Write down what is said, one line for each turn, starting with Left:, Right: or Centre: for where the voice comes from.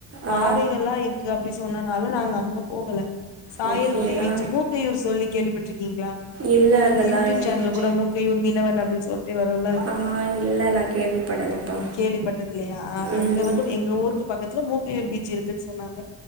Left: பாறைகள்ல்லா
Right: ஆ
Left: இருக்கு அப்டி சொன்னனால நாங்க அங்கப் போகல சாயல்குடி
Right: அப்டிங்களா
Left: பீச்சு மூக்கையூர் சொல்லி கேள்விப்பட்ருக்கீங்ளா
Right: இல்ல
Left: அந்த ஒரு
Right: அதெல்லா
Left: யூடியூப்
Right: எனக்கு
Left: சேனல்ல கூட மூக்கையூர் மீனவன் அப்டின் சொல்ட்டு வ ல்ல
Right: ஆ இல்ல நா கேள்விப்படலப்பா
Left: கேள்விப்பட்டது இல்லயா அ
Right: ம்
Left: அங்க வந்து எங்க ஊருக்கு பக்கத்ல மூக்கையூர் பீச் இருக்குன் சொன்னாங்க